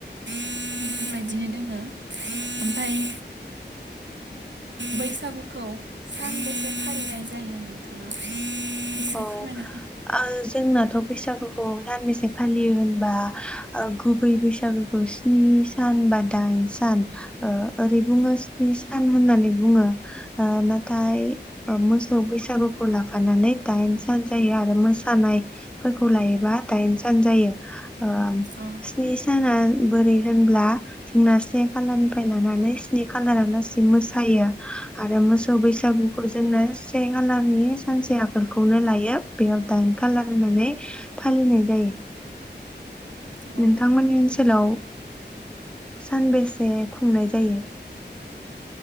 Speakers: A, on the right (about 80°); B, in the centre.
A: बेफोरबायदिनो दोङो ओमफ्राय बैसागुखौ सानबेसे फालिनाय जायो नोंथाङा एसे
B: ओव
A: फोरमायना हो
B: ओ जोंनाथ बैसागुखौ सानबेसे फालियो होनबा खुबै बेैसागो द सनि सान बाद दाइन सान ओ <unintelligible>
A: उम
B: आं होननानै बुङो ओ ओ मोसौ बै <unintelligible> खौ लाफानानै सान जायो आरो मोसानायफोरखौ लायोबा दाइन सान जायो। ओम
A: औ
B: स्नि - साना बोरै होनब्ला जोंना से खालारनिफ्राय लानानै स्नि खालारा लासै मोसायो आरो मोसौ बैसागुखौ जोङो से खालारनि सानसे आ बेफोरखौनो लायो बेयाव दाइन कालार होननानै फालिनाय जायो।
A: औ
B: नोंथांमोननि ओनसोलाव सानबेसे खुंनाय जायो?